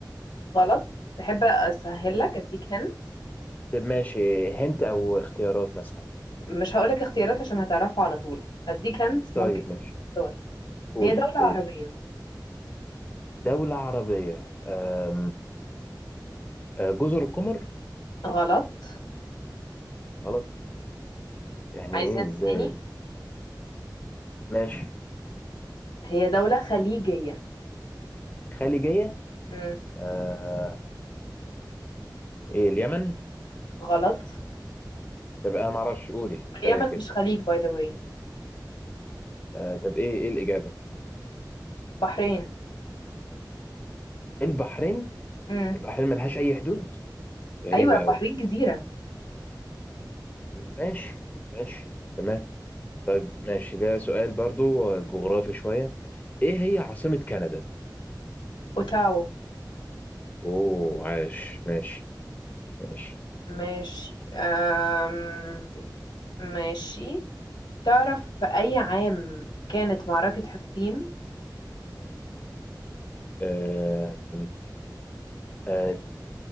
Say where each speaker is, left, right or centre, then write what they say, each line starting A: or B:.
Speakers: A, on the left; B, on the left.
A: غلط تحب أسهل لك أديك هنت
B: طب ماشي هنت او اختيارات مثلا
A: مش هقولك اختيارات عشان هتعرفها على طول هديك هنت
B: طيب
A: ممكن
B: ماشي
A: تختار
B: قولي
A: هي دولة
B: قولي
A: عربية
B: دولة عربية أم، أه، جزر القمر
A: غلط
B: غلط يعني
A: عايز
B: ايه
A: هنت
B: ازاي
A: تاني
B: ماشي
A: هي دولة خليجية
B: خليجية
A: امم
B: أه، ايه اليمن
A: غلط
B: طب انا معرفش قولي كفاية
A: واليمن
B: كده
A: مش خليج باي ذا واي
B: أه، طب ايه ايه الإجابة
A: بحرين
B: البحرين
A: امم
B: البحرين ملهاش أي حدود غريبة
A: ايوه
B: أوي
A: بحرين جزيرة
B: ماشي ماشي تمام طيب ماشي ده سؤال برضو آه، جغرافي شوية ايه هي عاصمة كندا
A: اوتاو
B: اوه عاش ماشي ماشي
A: ماشي أم... ماشي تعرف في اي عام كانت معركة حطين
B: أه، م- أه،